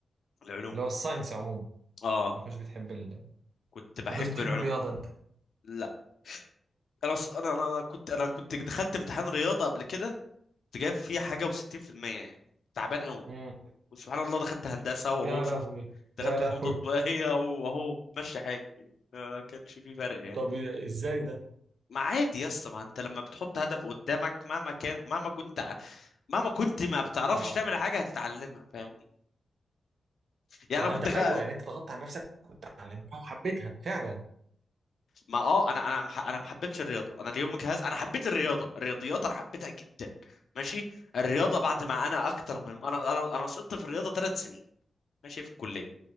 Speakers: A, on the left; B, on the right.
A: العلوم
B: اللي هو الساينس عموما
A: اه
B: ما كنتش بتحب ال...
A: كنت بحب
B: ما كنتش بتحب
A: العلوم
B: الرياضه انت
A: لا انا ص- انا انا أنا كنت انا كنت دخلت امتحان رياضه قبل كده كنت جايب فيه حاجه و60% يعني تعبان قوي
B: امم
A: وسبحان الله دخلت هندسة وهو
B: يا
A: شوف
B: لهوي
A: دخلت
B: يا لهوي
A: فنون تطبيقية وهو ماشي حالي ما كانش في فرق يعني
B: طب ازاي ده؟
A: ما عادي يا اسطى ما انت لما بتحط هدف قدامك مهما كان مهما كنت ع- مهما كنت ما بتعرفش
B: اه
A: تعمل
B: يعني
A: حاجة هتتعلمها فاهمني يعني
B: ما
A: انا
B: هو
A: كنت
B: انت ايوه
A: غ...
B: يعني انت ضغطت على نفسك وتعلمتها وحبيتها فعلا
A: ما اه انا انا مح... انا ما حبيتش الرياضة انا اليوم جهاز انا حبيت الرياضة الرياضيات انا حبيتها جدا ماشي الرياضة بعد ما انا اكتر من انا انا انا سقطت في الرياضة ثلاث سنين ماشي في الكلية